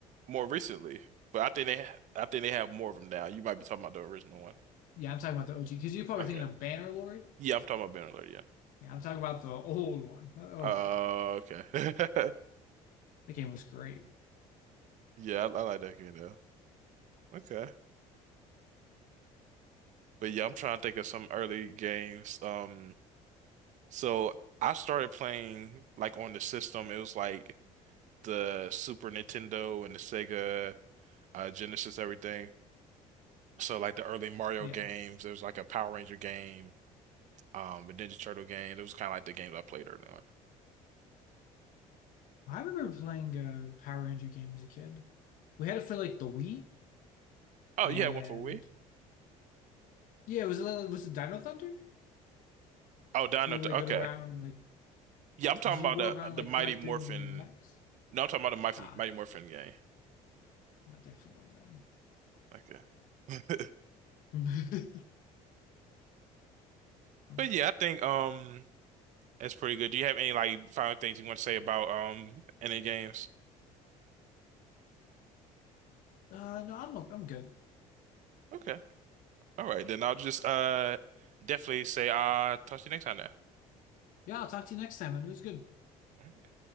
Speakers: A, on the right (about 55°); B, on the left (about 70°).
A: more recently, but I think they ha I think they have more of them now. You might be talking about the original one.
B: yeah, I'm talking about the OG because you're probably
A: Okay.
B: thinking of Bannerlord.
A: Yeah, I'm talking about Ben Alert,
B: Yeah, I'm talking about the old one. Oh,
A: Oh, okay. <laughs>
B: that game was great.
A: Yeah, I, I like that game though. Okay. But yeah, I'm trying to think of some early games. Um, so I started playing like on the system. It was like the Super Nintendo and the Sega uh, Genesis, everything. So like the early Mario
B: Yeah.
A: games. There was like a Power Ranger game, um, a Ninja Turtle game. It was kind of like the games I played early on.
B: I remember playing a Power Ranger game as a kid. We had it for like the Wii,
A: Oh,
B: and
A: you had one for Wii.
B: yeah, it was a, it was a Dino Thunder.
A: Oh, Dino.
B: You
A: Th-
B: like
A: Okay.
B: go around like
A: Yeah, I'm talking
B: did you
A: about
B: go
A: the
B: around
A: the
B: like
A: Mighty
B: collecting
A: Morphin.
B: mechs?
A: No, I'm talking about the Mighty,
B: Ah,
A: Mighty Morphin game.
B: not a different one
A: Okay. <laughs>
B: then. <laughs>
A: But yeah, I think um that's pretty good. Do you have any like final things you want to say about um any games?
B: Uh, no, I'm I'm good.
A: Okay. All right, then I'll just uh definitely say uh talk to you next time
B: Yeah, I'll talk to you next time, and it was good.
A: then.